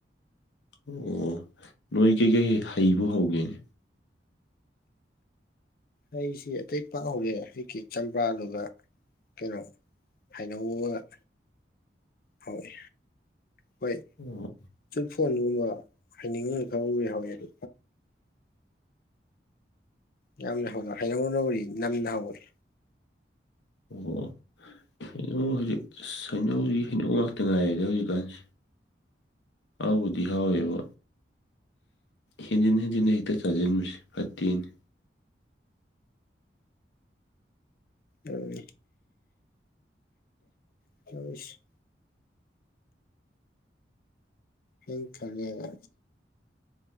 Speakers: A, on the left; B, on the left.
A: ꯑꯣ ꯑꯣ ꯅꯣꯏ ꯀꯩꯀꯩ ꯍꯩꯕꯨ ꯍꯧꯒꯦꯅꯦ
B: ꯑꯩꯁꯤ ꯑꯇꯩ ꯄꯥꯡꯍꯧꯔꯦ ꯍꯧꯖꯤꯛꯀꯤ ꯆꯝꯄ꯭ꯔꯥꯗꯨꯒ ꯀꯩꯅꯣ ꯍꯩꯅꯧ ꯒꯥ ꯍꯧꯏ ꯍꯣꯏ
A: ꯎꯝ
B: ꯁ ꯐꯣꯟꯒꯨꯝꯕ ꯍꯥꯏꯅꯤꯡꯉꯅ ꯈꯔ ꯎ ꯌꯥꯎꯋꯤ ꯑꯗꯨ ꯌꯥꯝ ꯍꯗ ꯍꯩꯅꯅꯧꯔꯤ ꯅꯝꯅ ꯍꯧꯔꯤ
A: ꯑꯣ ꯍꯩꯅꯧ ꯍꯧꯖꯤꯛ ꯁꯩꯅꯧꯁꯤ ꯍꯩꯅꯧ ꯉꯥꯛꯇ ꯉꯥꯏꯔꯦꯅꯦ ꯍꯧꯖꯤꯛꯀꯥꯟꯁꯤꯦ ꯍꯥꯎꯕꯨꯗꯤ ꯍꯥꯎꯋꯦꯕ ꯍꯦꯟꯖꯤꯟ ꯍꯦꯟꯖꯤꯟꯅ ꯍꯦꯛꯇ ꯆꯥꯖꯤꯟꯕꯁꯤ ꯐꯠꯇꯦꯅꯦ
B: ꯎꯝ <unintelligible> ꯍꯩꯌꯦꯟ ꯈꯔꯥꯉꯦꯕ